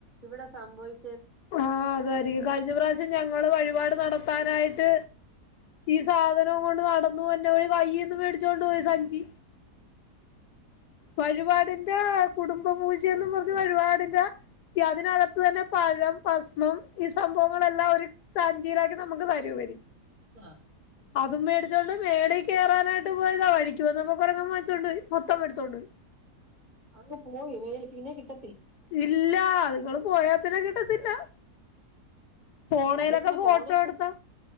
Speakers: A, on the right (about 30°); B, on the left (about 80°).
A: ഇവിടെ സംഭവിക്ക
B: ആഹ അതായിരിക്കും കഴിഞ്ഞ പ്രാവശ്യം ഞങ്ങള് വഴിപാട് നടത്താനായിട്ട് ഈ സാധനം കൊണ്ട് നടന്നുവരുന്ന വഴി കൈൽന്നു മേടിച്ചോണ്ട് പോയി സഞ്ചി വഴിപാടിന്റെ കുടുംബ പൂജയന്നും
A: തോന്നുന്നു
B: പറഞ്ഞ വഴിപാടിന്റ ഈ അതിനാകാത്തന്നെ പഴം ഭസ്മം ഈ സംഭവങ്ങളെല്ലാം ഒരു സാഞ്ചിയിലാക്കി നമുക്ക് തരുവെ
A: ആ
B: അതും മേടിച്ചോണ്ട് മേളേൽ കേരനായിട്ട് പോയതാ വഴിക്ക് വന്നപ്പോ കുരങ്ങൻ വാങ്ങിച്ചോണ്ടുപോയി മൊത്തം എടുത്തോണ്ടോയി
A: അങ് പോയി മേല് പിന്നെ കിട്ട
B: ഇല്ല അതുങ്ങള് പോയാ പിന്നെ കിട്ടത്തില്ല ഫോണലൊക്കെ
A: ഭാഗ്യത്തിന്
B: ഫോട്ടോ
A: ഫോണൊന്ന്
B: എടുത്താ